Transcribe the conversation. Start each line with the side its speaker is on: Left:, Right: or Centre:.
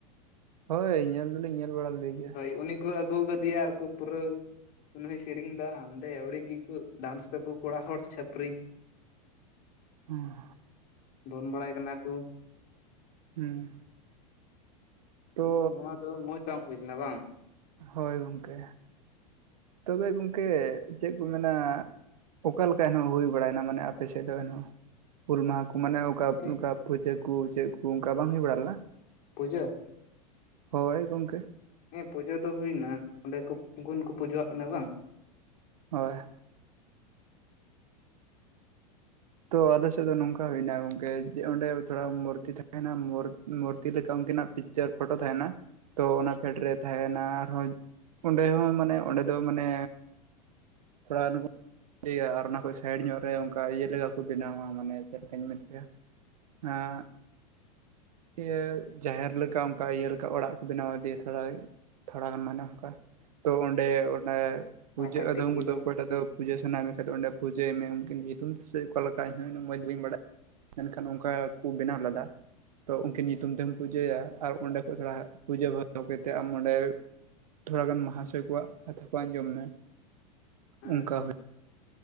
Right: ᱦᱳᱭ ᱧᱮᱞ ᱫᱚᱞᱤᱧ ᱧᱮᱞ ᱵᱟᱲᱟ ᱞᱮᱫᱮ ᱜᱮᱭᱟ᱾
Left: ᱦᱳᱭ ᱩᱱᱤ ᱠᱚ ᱟᱹᱜᱩ ᱠᱟᱫᱮᱭᱟ ᱟᱨᱠᱚ ᱯᱩᱨᱟᱹ ᱩᱱᱤ ᱦᱩᱭ ᱥᱮᱨᱮᱧ ᱮᱫᱟ ᱚᱸᱰᱮ ᱟᱹᱣᱲᱤ ᱜᱮᱠᱚ ᱰᱟᱱᱥ ᱫᱟᱠᱚ ᱠᱚᱲᱟ ᱦᱚᱲ ᱪᱷᱟᱹᱯᱨᱤ᱾
Right: ᱦᱩᱸ,
Left: ᱫᱚᱱ ᱵᱟᱲᱟᱭ ᱠᱟᱱᱟ ᱠᱚ᱾
Right: ᱦᱩᱸ, ᱛᱚ
Left: ᱟᱫᱚ ᱱᱚᱣᱟ ᱫᱚ ᱢᱚᱡᱽ ᱵᱟᱝ ᱦᱩᱭ ᱞᱮᱱᱟ ᱵᱟᱝ?
Right: ᱦᱳᱭ ᱜᱚᱝᱠᱮ᱾ ᱛᱚᱵᱮ ᱜᱚᱝᱠᱮ ᱪᱮᱫ ᱠᱚ ᱢᱮᱱᱟ, ᱚᱠᱟᱞᱮᱠᱟ ᱮᱱᱦᱚᱸ ᱦᱩᱭ ᱵᱟᱲᱟᱭᱮᱱᱟ ᱢᱟᱱᱮ ᱟᱯᱮ ᱥᱮᱫ ᱫᱚ ᱮᱱᱦᱚᱸ ᱦᱩᱞ ᱢᱟᱦᱟ ᱠᱚ? ᱢᱟᱱᱮ ᱚᱱᱠᱟ
Left: ᱦᱮᱸ
Right: ᱚᱱᱠᱟ ᱯᱷᱩᱭᱪᱟᱹ ᱠᱚ ᱪᱮᱫ ᱠᱚ ᱚᱱᱠᱟ ᱵᱟᱝ ᱦᱩᱭ ᱵᱟᱲᱟ ᱞᱮᱱᱟ?
Left: ᱯᱩᱡᱟᱹ?
Right: ᱦᱳᱭ ᱜᱚᱢᱠᱮ᱾
Left: ᱦᱮᱸ ᱯᱩᱡᱟᱹ ᱫᱚ ᱦᱩᱭ ᱮᱱᱟ ᱚᱸᱰᱮ ᱠᱚ ᱜᱩᱱ ᱠᱚ ᱯᱩᱡᱟᱹᱣᱟᱜ ᱠᱤᱱᱟ ᱵᱟᱝ?
Right: ᱦᱳᱭ᱾ ᱛᱚ ᱟᱞᱮ ᱥᱮᱫ ᱫᱚ ᱱᱚᱝᱠᱟ ᱦᱩᱭᱱᱟ ᱜᱚᱝᱠᱮ ᱡᱮ ᱚᱸᱰᱮ ᱛᱷᱚᱲᱟ ᱢᱩᱨᱛᱤ ᱛᱟᱦᱮᱱᱟ ᱢᱩᱨᱛᱤ ᱢᱩᱨᱛᱤ ᱞᱮᱠᱟ ᱩᱱᱠᱤᱱᱟᱜ ᱯᱤᱠᱪᱟᱨ ᱯᱷᱳᱴᱳ ᱛᱟᱦᱮᱱᱟ ᱛᱚ ᱚᱱᱟ ᱯᱷᱮᱰ ᱨᱮ ᱛᱟᱦᱮᱱᱟ ᱟᱨᱦᱚᱸ ᱚᱸᱰᱮ ᱦᱚᱸ ᱢᱟᱱᱮ ᱚᱸᱰᱮ ᱫᱚ ᱢᱟᱱᱮ, ᱛᱷᱚᱲᱟ ᱟᱱᱩ ᱤᱭᱟᱹᱭᱟ ᱟᱨ ᱚᱱᱟ ᱠᱷᱚᱱ ᱥᱟᱭᱤᱰ ᱧᱚᱜ ᱨᱮ ᱚᱱᱠᱟ ᱤᱭᱟᱹ ᱞᱮᱠᱟ ᱠᱚ ᱠᱚ ᱵᱮᱱᱟᱣᱟ ᱢᱟᱱᱮ ᱪᱮᱫ ᱞᱮᱠᱟᱧ ᱢᱮᱱ ᱠᱮᱭᱟ ᱟᱸᱜ ᱤᱭᱟᱹ ᱡᱟᱦᱮᱨ ᱞᱮᱠᱟ ᱚᱱᱠᱟ ᱤᱭᱟᱹ ᱞᱮᱠᱟ ᱚᱲᱟᱜ ᱠᱚ ᱵᱮᱱᱟᱣ ᱫᱤᱭᱮ ᱛᱷᱚᱲᱟ ᱛᱷᱚᱲᱟᱜᱟᱱ ᱢᱟᱱᱮ ᱚᱱᱠᱟ ᱛᱚ ᱚᱸᱰᱮ ᱚᱱᱰᱮ ᱯᱩᱡᱟᱹ
Left: ᱦᱩᱸ ᱠᱟᱹᱴᱤᱡ
Right: ᱟᱫᱚᱢ
Left: ᱜᱮ
Right: ᱠᱩ ᱫᱚ
Left: ᱵᱟᱝ
Right: ᱚᱠᱚᱭᱴᱟᱜ ᱫᱚ ᱯᱩᱡᱟᱹ ᱥᱟᱱᱟᱭ ᱢᱮᱠᱟᱱ ᱫᱚ ᱚᱸᱰᱮ ᱯᱩᱡᱟᱹᱭ ᱢᱮ ᱩᱱᱠᱤᱱ ᱧᱩᱛᱩᱢ ᱛᱮ ᱥᱮ? ᱚᱠᱟ ᱞᱮᱠᱟ ᱤᱧᱦᱚᱸ ᱩᱱᱟᱹᱜ ᱢᱚᱡᱽ ᱵᱟᱹᱧ ᱵᱟᱲᱟᱭᱟ ᱢᱮᱱᱠᱷᱟᱱ ᱚᱱᱠᱟ ᱠᱚ ᱵᱮᱱᱟᱣ ᱞᱮᱫᱟ᱾ ᱛᱚ ᱩᱱᱠᱤᱱ ᱧᱩᱛᱩᱢ ᱛᱮᱢ ᱯᱩᱡᱟᱹᱭᱟ ᱟᱨ ᱚᱸᱰᱮ ᱠᱷᱚᱡ ᱛᱷᱚᱲᱟ ᱯᱩᱡᱟᱹ ᱵᱟᱲᱟ ᱠᱟᱛᱮᱫ ᱟᱢ ᱚᱸᱰᱮ ᱛᱷᱚᱲᱟ ᱜᱟᱱ ᱢᱚᱦᱟᱥᱚᱭ ᱠᱚᱣᱟᱜ ᱠᱟᱛᱷᱟ ᱠᱚ ᱟᱸᱡᱚᱢ ᱢᱮ᱾
Left: ᱦᱮᱸ
Right: ᱚᱱᱠᱟ
Left: ᱦᱮᱸ,